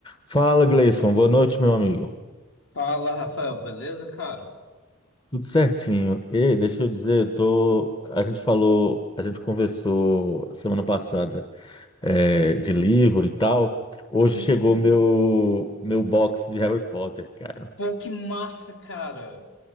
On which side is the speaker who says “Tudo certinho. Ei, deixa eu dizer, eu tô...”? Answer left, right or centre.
Left